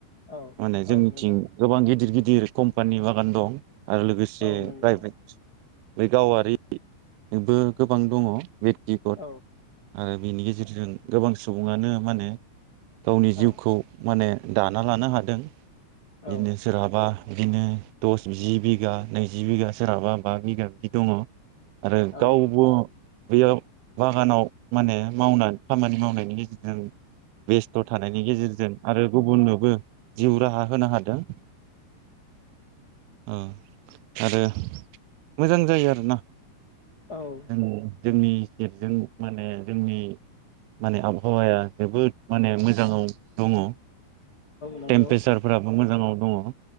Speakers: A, on the left; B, on the right.
A: औ
B: माने जोंनिथिं
A: औ नोंथां
B: गोबां गिदिर गिदिर कम्पानि बागान दं। आरो लोगोसे
A: औ नंगौ
B: प्राइभेट बे गावारिबो गोबां दङ। बेक्तिगत
A: औ
B: आरो बेनि गेजेरजों गोबां सुबुङानो माने गावनि
A: औ
B: जिउखौ माने दाना लानो हाद दों
A: औ
B: बिदिनो सोरहाबा बिदिनो दस जि बिगा नैजि बिगा सोरहाबा बा बिगा बिदि दङ आरो
A: औ औ
B: गावबो बेयाव बागानाव माने मावनानै खामानि मावनायनि गेजेरजों बेस्थ' थानायनि गेजेरजों आरो गुबुननोबो जिउ राहा होनो हादों ओं आरो मोजां जायो आरोना
A: औ
B: जोंनि जोंनि गेटजों माने जोंनि माने आबहावाया जोबोद माने मोजाङाव दङ
A: नंगौ
B: टेमपेसारफोराबो मोजाङाव दङ